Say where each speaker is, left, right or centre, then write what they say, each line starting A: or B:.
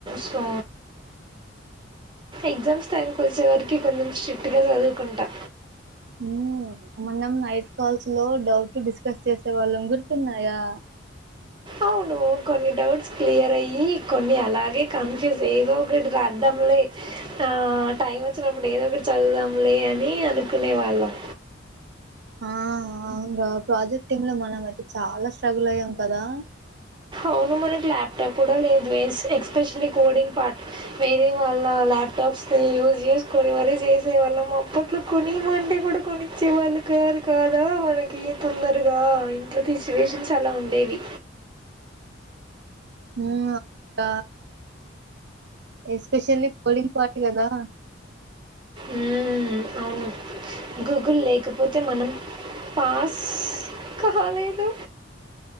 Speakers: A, on the right (about 25°); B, on the right (about 65°).
A: సో ఎగ్జామ్స్ టైం కి వచ్చే వరకి కొంచెం స్ట్రిక్ట్ గా చదువుకుంటా
B: ఉమ్ మనం నైట్ కాల్స్ లో డౌట్ డిస్కస్ చేసే వాళ్ళం గుర్తున్నాయా
A: అవును కొన్ని డౌట్స్ క్లియర్ అయ్యి కొన్ని అలాగే కన్ఫ్యూజ్ ఏదో ఒకటి రాద్దాంలే ఆ టైం వచ్చినప్పుడు ఏదో ఒకటి చదువుదాంలే అని అనుకునే వాళ్ళం
B: ఆ అ అవున్రా ప్రాజెక్ట్ంగ్ మనం చాలా స్ట్రగుల్ అయ్యాం కదా
A: అవును మనకి ల్యాప్టాప్ కూడా లేదు ఎస్పెషల్లీ లీ కోడింగ్ పాట్ వేరే వాళ్ళ ల్యాప్టాప్స్ని యూస్ చేసుకొని మరీ చేసేవాళ్ళం అప్పట్లో కొనిమ్మంటే కూడా కొనిచ్చేవాళ్ళు కాదు కదా మనకి తొందరగా ఇంట్లో తీసు సిట్యుయేషన్స్ అలా ఉండవి
B: ఉమ్ అక్క ఎస్పెషల్లీ కోడింగ్ పార్ట్ కదా
A: మ్మ్, అవును గూగుల్ లేకపోతే మనం పాస్ కాలేదు